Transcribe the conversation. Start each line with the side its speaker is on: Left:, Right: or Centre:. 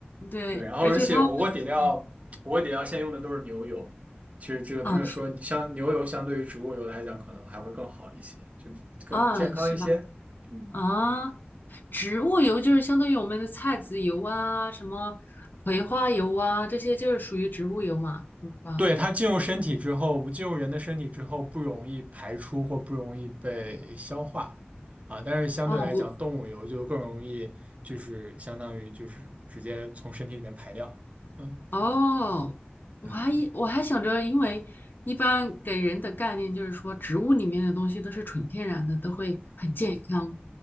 Left: 对，
Right: 对，然后而且火锅底料，
Left: 而且它会，嗯
Right: 火锅底料现在用的都是牛油，其实这个他们说，
Left: 啊，是的，
Right: 相像牛油相对于植物油来讲，可能还会更好一些，就更健康一些。
Left: 啊，是吧？
Right: 嗯，
Left: 啊，植物油就是相当于我们的菜籽油啊，什么葵花油啊，这些就是属于植物油嘛，是吧？
Right: 对，它进入身体之后，不进入人的身体之后，不容易排出或不容易被消化啊。但是相对来讲，
Left: 哦不，
Right: 动物油就更容易，就是相当于就是直接从身体里面排掉。嗯。
Left: 哦，我还以我还想着，
Right: 嗯。
Left: 因为一般给人的概念就是说，植物里面的东西都是纯天然的，都会很健康